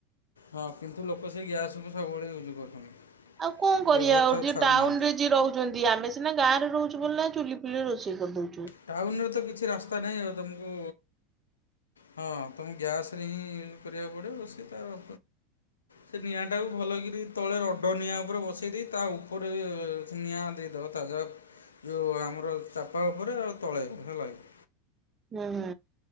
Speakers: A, on the left; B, on the right.
A: ହଁ କିନ୍ତୁ ଲୋକ ସେଇ ଗ୍ୟାସ ବି ସବୁବେଳେ ୟୁଜ୍ କରୁଛନ୍ତି।
B: ଆଉ କଣ କରିଆ
A: ବ୍ୟବହାର
B: ଆଉ,
A: ତାକୁ
B: ଯିଏ
A: ଛାଡ଼ୁନାହାନ୍ତି।
B: ଟାଉନ୍ ରେ ଯିଏ ରହୁଛନ୍ତି। ଆମେ ସିନା ଗାଁରେ ରହୁଛୁ ବୋଲି ନା ଚୁଲି ଫୁଲିରେ ରୋଷେଇ କରିଦଉଚୁ।
A: ଟାଉନ୍ ରେ ତ କିଛି ରାସ୍ତା ନାହିଁ ଆଉ, ତମକୁ ହଁ ତମକୁ ଗ୍ୟାସ୍ ସ୍ ହିଁ କରିବାକୁ ପଡିବ। ରୋଷେଇ ତାର ସେ ନିଆଁ ଟାକୁ ଭଲକରି ତଳେ ରଡ ନିଆଁ ଉପରେ ବସେଇ ଦେଇ, ତା ଉପରେ ନିଆଁ ଦେଇଦବ। <unintelligible> ଯୋଉ ଆମର ଚାପା ଉପରେ ଆଉ ତଳେ ହେଲାକି।
B: ହୁଁ- ହୁଁ।